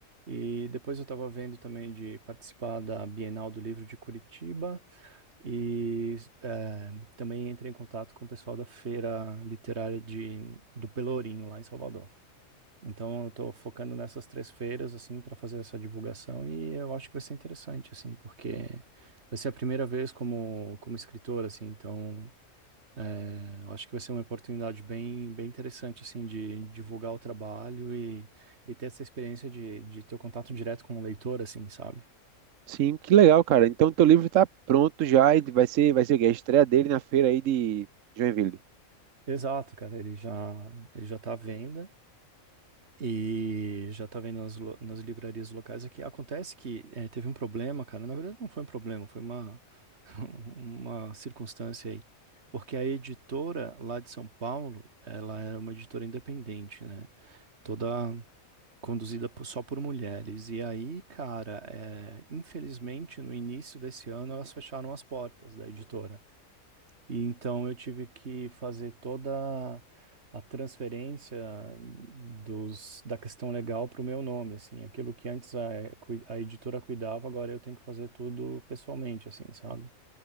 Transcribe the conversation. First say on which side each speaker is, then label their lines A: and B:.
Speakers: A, on the right; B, on the right.
A: E depois eu estava vendo também de participar da Bienal do Livro de Curitiba e eh, também entrei em contato com o pessoal da Feira Literária de, do Pelourinho, lá em Salvador. Então eu estou focando nessas três feiras, assim, para fazer essa divulgação e eu acho que vai ser interessante, assim, porque vai ser a primeira vez como, como escritor, assim, então é, eu acho que vai ser uma oportunidade bem, bem interessante, assim, de divulgar o trabalho e, e ter essa experiência de, de ter o contato direto com o leitor, assim, sabe?
B: Sim, que legal, cara. Então teu livro tá pronto já e vai ser, vai ser a estreia dele na feira aí de Joinville.
A: Exato, cara, ele já, ele já tá à venda e já tá vendo nas, lo- nas livrarias locais aqui. Acontece que é, teve um problema, cara, na verdade não foi um problema, foi uma, <laughs> uma circunstância aí. Porque a editora lá de São Paulo, ela era uma editora independente, né? Toda conduzida po- só por mulheres. E aí, cara, é, infelizmente, no início desse ano, elas fecharam as portas da editora. E então eu tive que fazer toda a transferência dos, da questão legal para o meu nome, assim. Aquilo que antes a, cui- a editora cuidava, agora eu tenho que fazer tudo pessoalmente, assim, sabe?